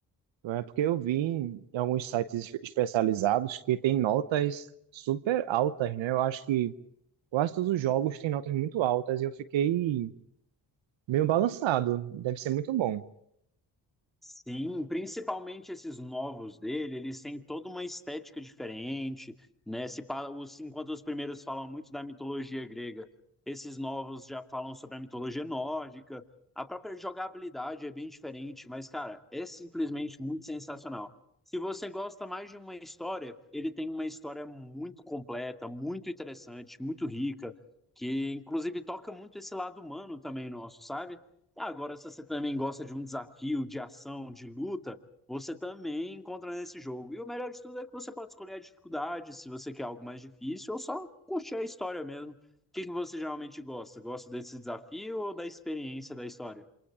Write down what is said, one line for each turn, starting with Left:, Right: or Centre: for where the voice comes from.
Right: Não é porque eu vi em alguns sites especializados que tem notas super altas, né? Eu acho que quase todos os jogos têm notas muito altas e eu fiquei meio balançado. Deve ser muito bom.
Centre: Sim, principalmente esses novos dele, eles têm toda uma estética diferente, né? Se, pa- os, enquanto os primeiros falam muito da mitologia grega, esses novos já falam sobre a mitologia nórdica. A própria jogabilidade é bem diferente, mas, cara, é simplesmente muito sensacional. Se você gosta mais de uma história, ele tem uma história muito completa, muito interessante, muito rica, que inclusive toca muito esse lado humano também nosso, sabe? Agora, se você também gosta de um desafio, de ação, de luta, você também encontra nesse jogo. E o melhor de tudo é que você pode escolher a dificuldade, se você quer algo mais difícil, ou só curtir a história mesmo. O que que você geralmente gosta? Gosta desse desafio ou da experiência da história?